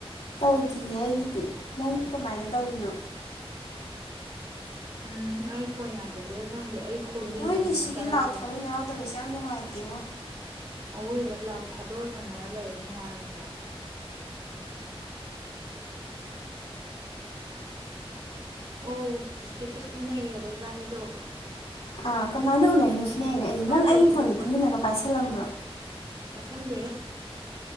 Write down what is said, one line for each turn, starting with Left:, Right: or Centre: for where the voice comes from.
Left: ꯇꯧꯗꯤꯌꯦ ꯑꯩꯒꯤꯗꯤ꯫ ꯅꯪꯗꯤ ꯀꯃꯥꯏꯅ ꯇꯧꯔꯤꯅꯣ꯫
Right: ꯎꯝ ꯑꯩ ꯐꯣꯟ ꯌꯥꯗꯕꯩꯔ ꯈꯪꯗꯦ ꯑꯩ ꯈꯣꯟꯖꯦꯜꯁꯦ
Left: ꯃꯣꯏꯒꯤ
Right: ꯑꯃꯨꯛꯃꯨꯛ
Left: ꯁꯤꯒꯤ
Right: ꯇꯥꯔꯛꯄ
Left: ꯂꯥꯎ
Right: ꯋꯥꯅꯤ
Left: ꯊꯕꯛ ꯌꯥꯎꯗꯕꯖꯦ ꯌꯥꯝ ꯅꯨꯡꯉꯥꯏꯇꯦꯉꯣ꯫
Right: ꯑꯋꯣꯏꯕ ꯂꯥꯎ ꯊꯥꯗꯣꯛꯑ ꯁꯥꯟꯅꯔ ꯂꯩꯔꯗꯤ ꯅꯨꯡꯉꯥꯏ ꯔꯣꯏꯗ꯭ꯔ꯫ ꯑꯣ ꯏꯁꯇꯦꯇꯁ ꯎꯅꯩꯌꯦꯕ ꯏꯕꯥꯏꯅꯤ꯫
Left: ꯥꯑꯗꯣ ꯀꯃꯥꯏꯅ ꯎꯅꯩꯅꯣ
Right: ꯅꯣꯡꯃ
Left: ꯁꯤꯅꯦ ꯑꯩꯅ ꯉꯛꯏꯖꯦ
Right: ꯈꯪꯗꯦ
Left: ꯅꯪ ꯑꯩꯒꯤ
Right: ꯑꯩꯁꯨ
Left: ꯐꯣꯟꯁꯦ
Right: ꯅꯣꯡꯃ
Left: ꯇꯨꯃꯤꯟꯅꯒ ꯄꯥꯏꯁꯜꯂꯝꯕ꯭ꯔꯣ꯫
Right: ꯄꯥꯏꯁꯟꯗꯦꯍꯦ